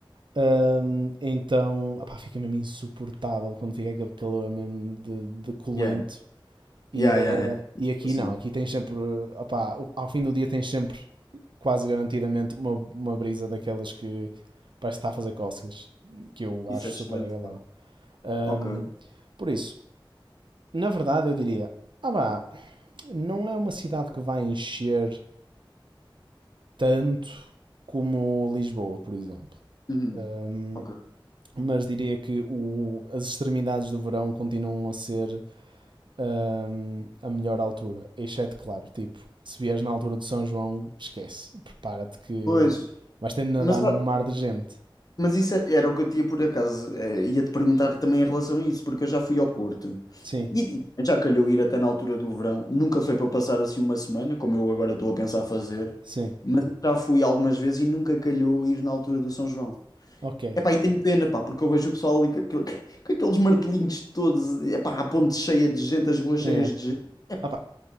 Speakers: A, on the right; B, on the left.
A: Hum, então, opá, fica mesmo insuportável quando fica aquele calor mesmo de, de colento.
B: Yeah.
A: E,
B: Yeah,
A: eh,
B: yeah, yeah.
A: e aqui
B: Assim,
A: não, aqui tens sempre, eh, opá, o- ao fim do dia tens sempre quase garantidamente uma, uma brisa daquelas que parece que está a fazer cócegas, que eu
B: isso
A: acho
B: é excelente,
A: super agradável.
B: mano.
A: Ahm,
B: Ok.
A: por isso, na verdade eu diria, ah vá, não é uma cidade que vai encher tanto como Lisboa, por exemplo.
B: Uhum.
A: Ahm,
B: Ok.
A: mas diria que o- as extremidades do verão continuam a ser hum, a melhor altura. Exceto, claro, tipo, se vieres na altura de São João, esquece. Prepara-te que
B: Pois,
A: vais ter de nadar
B: mas, ó,
A: num mar de gente.
B: mas isso é- era o que eu tinha por acaso. eh, ia-te perguntar também em relação a isso, porque eu já fui ao Porto
A: Sim,
B: e, e já calhou ir até na altura do verão. Nunca foi para passar assim uma semana, como eu agora estou a pensar fazer,
A: sim.
B: mas já fui algumas vezes e nunca calhou ir na altura do São João.
A: Ok.
B: Epá, e tenho pena, pá, porque eu vejo o pessoal ali com, aquele- <laughs> com aqueles martelinhos todos, epá, a ponte cheia de gente, as ruas
A: É.
B: cheias de gente. Epá,
A: Ah pá,